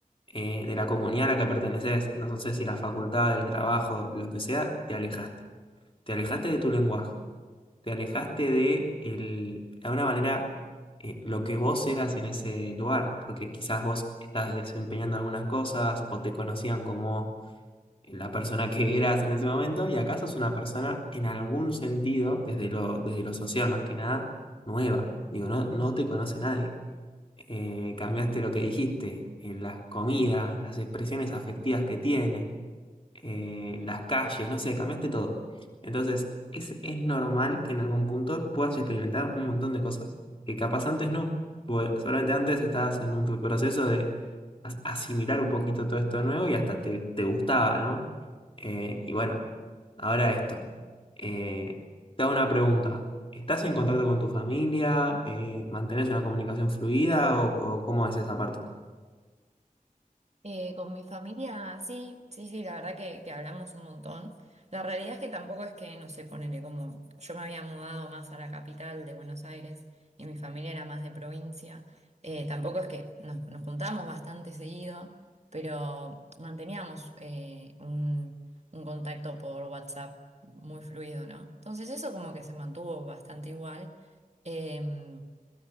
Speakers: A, on the left; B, on the right.
A: eh, de la comunidad a la que perteneces, no sé si la facultad, el trabajo, lo que sea, te alejaste. Te alejaste de tu lenguaje, te alejaste de, el, de alguna manera eh, lo que vos eras en ese lugar, porque quizás vos estás desempeñando algunas cosas o te conocían como eh, la persona que eras en ese momento y acá sos una persona en algún sentido, desde lo, desde lo social más que nada, nueva. Digo, no, no te conoce nadie. Eh, cambiaste lo que dijiste, eh, las comidas, las expresiones afectivas que tienen eh, las calles, no sé, cambiaste todo. Entonces, es, es normal que en algún punto puedas experimentar un montón de cosas que capaz antes no. Porque Solamente antes estabas en un proceso de as- asimilar un poquito todo esto nuevo y hasta te, te gustaba, ¿no? Eh, y bueno, ahora esto. Eh, te hago una pregunta. ¿Estás en contacto con tu familia? Eh, ¿mantenés una comunicación fluida o, o cómo es esa parte?
B: Eh, con mi familia, sí, sí, sí, la verdad que, que hablamos un montón. La realidad es que tampoco es que, no sé, ponele como yo me había mudado más a la capital de Buenos Aires y mi familia era más de provincia, eh, tampoco es que nos, nos juntábamos bastante seguido, pero manteníamos eh, un, un contacto por WhatsApp muy fluido, ¿no? Entonces eso como que se mantuvo bastante igual. Em,